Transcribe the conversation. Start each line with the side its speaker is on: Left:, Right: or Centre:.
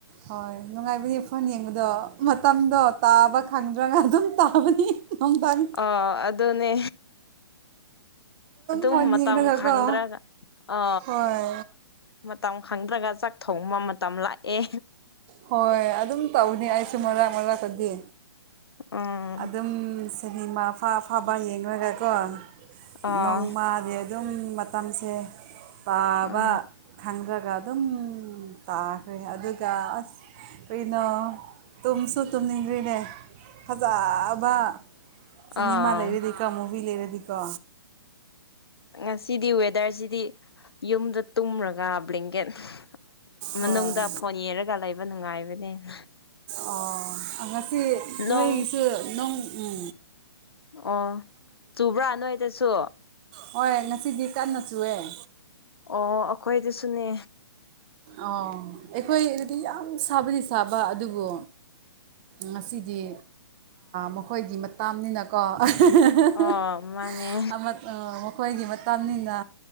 Right: ꯍꯣꯏ ꯅꯨꯡꯉꯥꯏꯕꯅꯦ ꯐꯣꯟ ꯌꯦꯡꯕꯗꯣ ꯃꯇꯝꯗꯣ ꯇꯥꯕ ꯈꯪꯗ꯭ꯔꯒ ꯑꯗꯨꯝ ꯇꯥꯕꯅꯤ ꯅꯨꯡꯗꯥꯡ
Left: ꯑꯣ ꯑꯗꯨꯅꯦ ꯑꯗꯨꯝ
Right: ꯐꯣꯟ
Left: ꯃꯇꯝ
Right: ꯌꯦꯡꯂꯒꯀꯣ
Left: ꯐꯪꯗ꯭ꯔꯒ ꯑ
Right: ꯍꯣꯏ
Left: ꯃꯇꯝ ꯈꯪꯗ꯭ꯔꯒ ꯆꯥꯛ ꯊꯣꯡꯕ ꯃꯇꯝ ꯂꯥꯛꯑꯦ
Right: ꯍꯣꯏ ꯑꯗꯨꯝ ꯇꯧꯅꯤ ꯑꯩꯁꯨ ꯃꯔꯛ ꯃꯔꯥꯛꯀꯗꯤ
Left: ꯎꯝ
Right: ꯑꯗꯨꯝ ꯁꯦꯅꯤꯃꯥ ꯑꯐ ꯑꯐꯕ ꯌꯦꯡꯂꯒꯀꯣ
Left: ꯑꯥ
Right: ꯅꯣꯡꯃꯗꯤ ꯑꯗꯨꯝ ꯃꯇꯝꯁꯦ ꯄꯥꯕ
Left: ꯑꯥ
Right: ꯈꯪꯗ꯭ꯔꯒ ꯑꯗꯨꯝ ꯇꯥꯈ꯭ꯔꯦ ꯑꯗꯨꯒ ꯑꯁ ꯀꯩꯅꯣ ꯇꯨꯝꯁꯨ ꯇꯨꯝꯅꯤꯡꯗ꯭ꯔꯤꯅꯦ ꯐꯖꯕ ꯁꯤꯅꯦꯃꯥ
Left: ꯑꯥ
Right: ꯂꯩꯔꯗꯤꯀꯣ ꯃꯨꯚꯤ ꯂꯩꯔꯗꯤꯀꯣ
Left: ꯉꯁꯤꯗꯤ ꯋꯦꯗꯔꯁꯤꯗꯤ ꯌꯨꯝꯗ ꯇꯨꯝꯔꯒ ꯕ꯭ꯂꯦꯡꯀꯦꯠ ꯃꯅꯨꯡꯗ
Right: ꯍꯣꯏ
Left: ꯐꯣꯟ ꯌꯦꯔꯒ ꯂꯩꯕ ꯅꯨꯡꯉꯥꯏꯕꯅꯦꯅ
Right: ꯑꯣ ꯑ ꯉꯁꯤ
Left: ꯅꯣꯡ
Right: ꯅꯣꯏꯁꯨ ꯅꯪ ꯎꯝ
Left: ꯑꯣ ꯆꯨꯕ꯭ꯔꯥ ꯅꯣꯏꯗꯁꯨ
Right: ꯍꯣꯏ ꯉꯁꯤꯗꯤ ꯀꯟꯅ ꯆꯨꯑꯦ
Left: ꯑꯣ ꯑꯩꯈꯣꯏꯗꯨꯁꯨꯅꯦ
Right: ꯑꯣ ꯑꯩꯈꯣꯏ ꯑꯗꯨꯗꯤ ꯌꯥꯝ ꯁꯥꯕꯗꯤ ꯁꯥꯕ ꯑꯗꯨꯕꯨ ꯉꯁꯤꯗꯤ ꯃꯈꯣꯏꯒꯤ ꯃꯇꯅꯤꯅꯀꯣ <inaudible> <inaudible>
Left: ꯑꯣ ꯃꯥꯅꯦ
Right: ꯑꯩꯈꯣꯏꯒꯤ ꯃꯇꯝꯅꯤꯅ